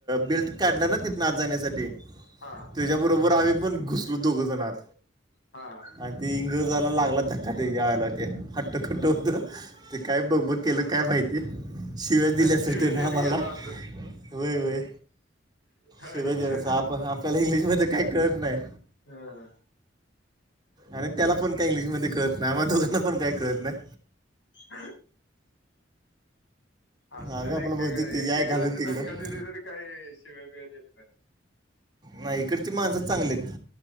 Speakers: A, on the right; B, on the left.
A: बिल्ट काढला ना तिथ आत जाण्यासाठी
B: हा हा
A: त्याच्याबरोबर आम्ही पण घुसलो दोघं जण आात
B: हा
A: आणि ते इंग्र जायला लागला धक्का ते घेवायला ते हट्टखट्ट होत ते काय बघ बघ केलं काय माहिती शिवाय दिल्या असलं
B: शिव्या
A: त्याना
B: देत
A: आम्हाला
B: गेला असल
A: होय वय
B: आईच्या
A: शिवाजस आपण आपल्याला इंग्लिश मध्ये काही कळत नाही
B: हम हा
A: आणि त्याला पण काय इंग्लिशमध्ये कळत नाही म दोघांना पण काय कळत नाही
B: हा असतच
A: आम्ही आपलं
B: एकेका
A: म्हणतो ते
B: एकेका
A: जाय घालून
B: असे
A: तिकडं
B: धक्का दिले तरी काही शिव्या बिव्या देत नाहीत
A: नाही इकडची माणसंच चांगलीत